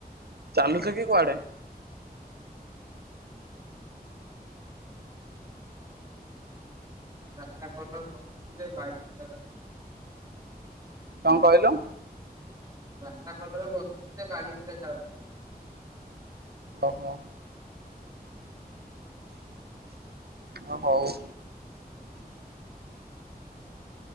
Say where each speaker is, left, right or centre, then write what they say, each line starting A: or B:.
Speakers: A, on the right; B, on the right.
A: ଚାଲୁଛ କି କୁଆଡେ?
B: ରାସ୍ତା କଡରେ ବଇଛି ଯେ ବାଇକ ଗୁରା ଯାଉଛି।
A: କଣ କହିଲୁ?
B: ରାସ୍ତା କଡରେ ବସିଛି ଯେ ଗାଡି ଗୁଡା ଯାଉଛି।
A: ଓହୋ। ହଁ ହଉ।